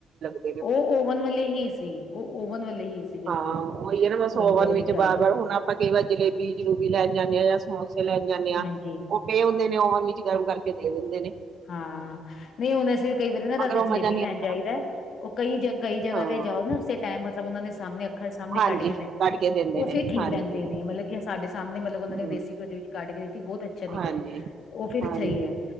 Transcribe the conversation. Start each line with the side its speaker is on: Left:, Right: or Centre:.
Right: ' <unintelligible>
Left: ਉਹ ਓਵਨ ਵਾਲੇ ਹੀ ਸੀ, ਉਹ ਓਵਨ ਵਾਲੇ ਹੀ ਸੀ। ਬਿਲਕੁਲ
Right: ਹਾਂ ਉਹੀ ਹੈ ਨਾ ਬ ਸੌਵਨਵ
Left: ਗੰਦੇ ਵਾਲੇ
Right: ਚ
Left: ਫਰਾਈ
Right: ਬਾਰ-ਬਾਰ ਹੋਣਾ ਕਦੇ ਵੀ ਜਲੇਬੀ-ਜਲੂਬੀ ਲੈਣ ਜਾਂਣੇ ਆ ਜਾਂ ਸਮੋਸੇ ਲੈਣ ਜਾਂਣੇ ਆ
Left: ਹਾਂਜੀ
Right: ਉਹ ਪੇ ਹੁੰਦੇ ਨੇ, ਉਹਨੇ ਓਵਨ ਵਿੱਚ ਗਰਮ ਕਰਕੇ ਦੇ ਦਿੰਦੇ ਨੇ।
Left: ਹਾਂ, ਨਹੀਂ ਹੁਣ ਅਸੀਂ ਕਈ ਵਾਰੀ ਨਾ ਰਾਤੀ
Right: ਮਗਰ ਉਹ ਮਜ਼ਾ
Left: ਜਲੇਬੀ
Right: ਨਹੀਂ
Left: ਲੈਣ
Right: ਆਉਂਦਾ
Left: ਜਾਈਦਾ ਉਹ ਕਈ-ਕਈ ਜਗ੍ਹਾ
Right: ਹਾਂ
Left: ਤੇ ਜਾਓ ਉਸਦੇ ਟਾਈਮ ਮਤਲਬ ਉਹਨਾਂ ਸਾਹਮਣੇ ਅੱਖਰ ਸਾਹਮਣੇ
Right: ਹਾਂਜੀ
Left: ਕੱਢ ਕੇ ਦੇ
Right: ਕੱਢ ਕੇ ਦਿੰਦੇ
Left: ਉਹ
Right: ਨੇ
Left: ਫੇਰ ਠੀਕ
Right: ਹਾਂਜੀ
Left: ਰਹਿੰਦੇ ਨੇ ਮਤਲਬ ਕਿ ਸਾਡੇ ਸਾਹਮਣੇ ਮਤਲਬ ਉਹਨਾਂ
Right: ਹਮ
Left: ਨੇ ਦੇਸੀ ਘਿਓ ਵਿੱਚ ਕੱਢ ਕੇ ਦਿੱਤੀ ਬਹੁਤ ਅੱਛਾ ਨਿਕਲੀ
Right: ਹਾਂਜੀ
Left: ਉਹ ਫਿਰ
Right: ਹਾਂਜੀ
Left: ਸਹੀ ਐ।